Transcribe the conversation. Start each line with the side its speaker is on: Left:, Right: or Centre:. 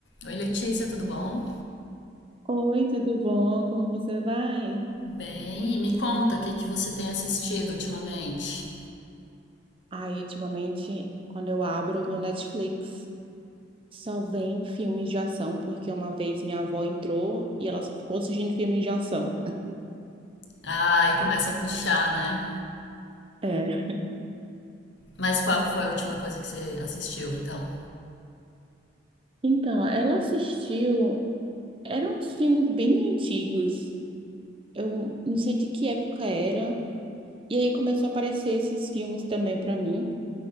Left: Oi, Letícia, tudo bom?
Right: Oi, tudo bom? Como você vai?
Left: Bem, e me conta o que que você tem assistido ultimamente.
Right: Ai, ultimamente, quando eu abro o meu Netflix, só vem filmes de ação, porque uma vez minha avó entrou e ela só ficou assistindo filmes de ação.
Left: Ah, e começa a puxar, né?
Right: É.
Left: Mas qual foi a última coisa que você assistiu, então?
Right: Então, ela assistiu, eram uns filmes bem antigos. Eu não sei de que época era. E aí começou a aparecer esses filmes também pra mim.